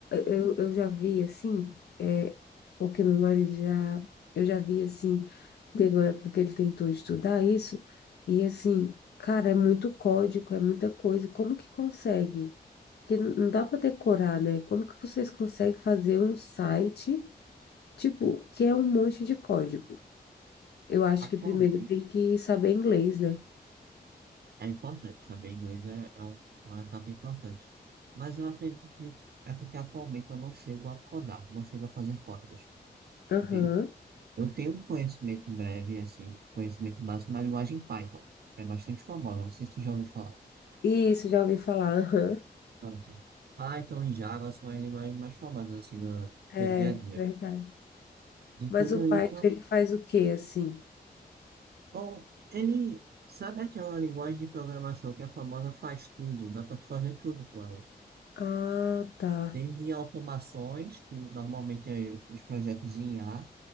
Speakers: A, on the left; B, on the right.
A: eu, eu já vi, assim, é, o que meu marido já... Eu já vi, assim, teve uma época que ele tentou estudar isso, e assim, cara, é muito código, é muita coisa. Como que consegue? Porque não não dá para decorar, né? Como que vocês conseguem fazer um site... Tipo, que é um monte de código. Eu acho
B: atualmente
A: que primeiro tem que saber inglês, né?
B: É importante saber inglês, é, é um- é uma etapa importante. Mas eu acredito que tipo, é porque atualmente eu não chego a codar, não chego a fazer códigos,
A: Aham.
B: entende? Eu tenho um conhecimento breve, assim, conhecimento básico na linguagem Python, que é bastante famosa, não sei se tu já ouviu falar.
A: Isso, já ouvi falar. Aham.
B: Pronto. Python e Java são as linguagens mais famosas, assim, do,
A: É,
B: do dia a dia.
A: verdade.
B: E
A: Mas
B: tudo
A: o Python,
B: isso,
A: ele faz o quê, assim?
B: bom, ele, sabe aquela linguagem de programação que é famosa faz tudo, dá pra tu fazer tudo com ela.
A: Ah, tá.
B: Desde automações, que normalmente é- os projetos em A